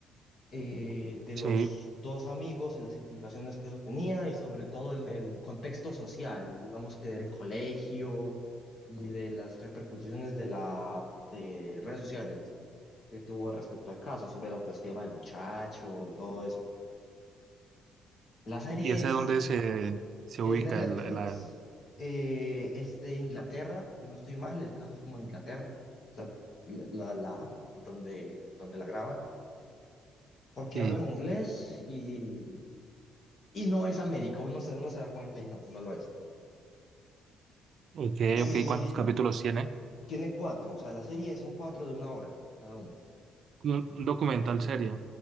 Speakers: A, on the left (about 40°); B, on the right (about 55°).
A: eh, de
B: Sí.
A: los dos amigos y las implicaciones que eso tenía y sobre todo el, el contexto social, digamos que del colegio y de las repercusiones de la de redes sociales que tuvo respecto al caso, sobre la autoestima del muchacho y todo eso. La serie
B: ¿Y ese
A: es,
B: dónde se, se
A: es
B: ubica
A: de Netflix,
B: el, el- la-
A: eh, es de Inglaterra, si no estoy mal, el caso es como de Inglaterra, o sea, la, la, la- donde, donde la graban, porque
B: Sí.
A: hablan inglés y Y no es América, uno se, uno se da cuenta y no, no lo es.
B: Ok,
A: Eh,
B: ok. ¿Cuántos capítulos tiene?
A: tiene cuatro, o sea, la serie son cuatro de una hora cada uno.
B: Un, un documental serie.